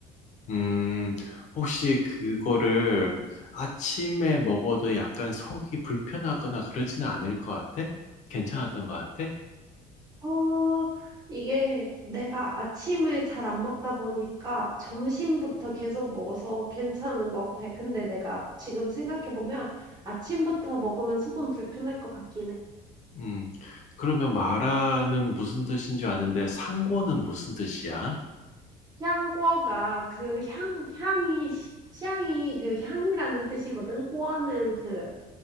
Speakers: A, on the left; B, on the right.
A: 음, 혹시 그거를 아침에 먹어도 약간 속이 불편하거나 그러지는 않을 것 같아? 괜찮았던 것 같아?
B: 어 이게 내가 아침을 잘 안 먹다 보니까 점심부터 계속 먹어서 괜찮은 것 같아. 근데 내가 지금 생각해 보면 아침부터 먹으면 속은 불편할 것 같긴 해.
A: 음, 그러면 마라는 무슨 뜻인 줄 아는데 상고는 무슨 뜻이야?
B: 향궈가 그 향, 향이, 시- 향이 그 향이라는 뜻이거든. 꼬어는 그